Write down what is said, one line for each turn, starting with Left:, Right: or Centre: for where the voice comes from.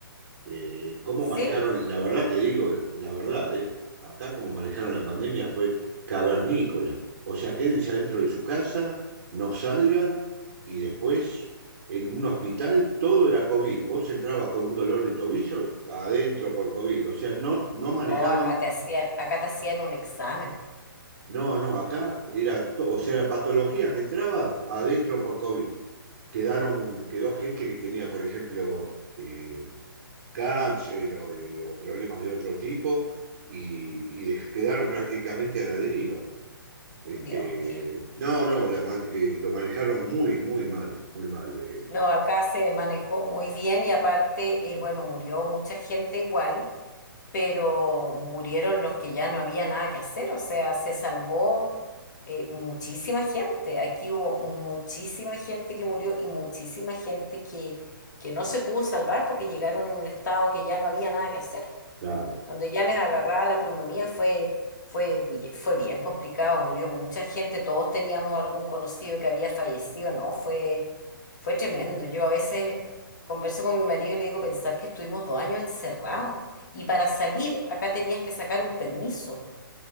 Right: eh, cómo
Left: ¿Sí?
Right: manejaron, la verdad te digo, la verdad, eh, acá como manejaron la pandemia fue cavernícola. O sea, quédense adentro de su casa, no salgan y después en un hospital todo era COVID. Vos entrabas con un dolor de tobillo adentro por COVID. O sea, no, no manejaban,
Left: No, acá te hacían, acá te hacían un examen,
Right: no, no, acá era, to- o sea, la patología que entrabas adentro por COVID. Quedaron, quedó gente que tenía, por ejemplo, eh, cáncer o, eh, o problemas de otro tipo y, y de- quedaron prácticamente a la deriva. Este,
Left: Dios mío.
Right: no, no, la ma- eh, lo manejaron muy, muy mal, muy mal. eh,
Left: No, acá se manejó muy bien y aparte, eh, bueno, murió mucha gente igual, pero murieron los que ya no había nada que hacer, o sea, se salvó eh, muchísima gente. Aquí hubo muchísima gente que murió y muchísima gente que, que no se pudo salvar porque llegaron en un estado que ya no había nada que hacer.
Right: claro.
Left: Cuando ya les agarraba la pulmonía fue, fue, fue bien complicado, murió mucha gente, todos teníamos algún conocido que había fallecido, ¿no? Fue, fue tremendo. Yo a veces converso con mi marido y le digo pensar que estuvimos dos años encerrados y para salir acá tenías que sacar un permiso.